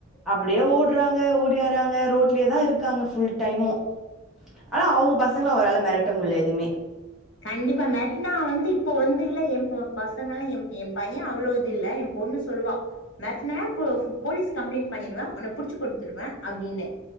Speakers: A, in the centre; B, on the left.
A: அப்டியே ஓட் ட்ருவாங்க ஓடியாறாங்க ரோட்லயே தா இருக்காங்க ஃபுல் டைமு ஆனா அவ்ங்க பசங்கள அவரால மெரட்ட முடில எதுமே
B: கண்டிப்பா மெரட்னா வந்து இப்போ வந்து இல்ல எம்ப்போட் பசங்க எம் எம் பைய அவ்ளோ இது இல்ல எம் பொண்ணு சொல்லுவா மெரட்டுன போ போலீஸ் கம்ப்ளைண்ட் பண்ணிடுவே உன்ன புடிச்சு கொடுத்துருவே அப்டின்னு